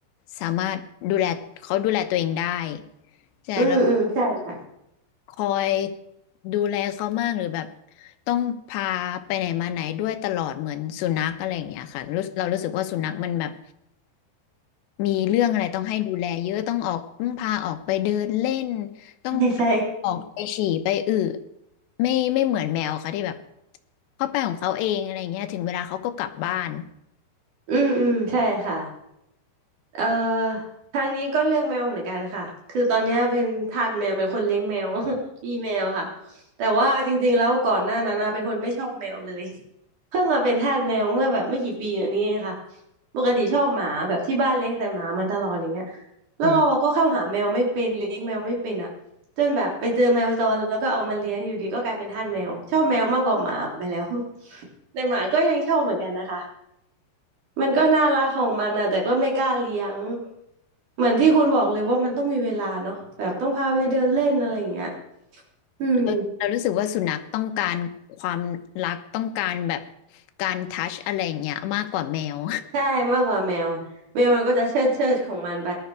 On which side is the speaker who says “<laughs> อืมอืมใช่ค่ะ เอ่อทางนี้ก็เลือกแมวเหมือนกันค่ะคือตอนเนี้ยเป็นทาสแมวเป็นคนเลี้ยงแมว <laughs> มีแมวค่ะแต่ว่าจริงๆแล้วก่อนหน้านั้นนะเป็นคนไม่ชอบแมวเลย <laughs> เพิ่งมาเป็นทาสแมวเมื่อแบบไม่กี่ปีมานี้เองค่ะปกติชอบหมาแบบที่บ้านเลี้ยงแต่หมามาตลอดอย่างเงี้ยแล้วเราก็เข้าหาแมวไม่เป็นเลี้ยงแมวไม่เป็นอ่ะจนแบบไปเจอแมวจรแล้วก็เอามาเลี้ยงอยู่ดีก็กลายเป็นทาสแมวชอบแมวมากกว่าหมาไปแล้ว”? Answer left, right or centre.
Right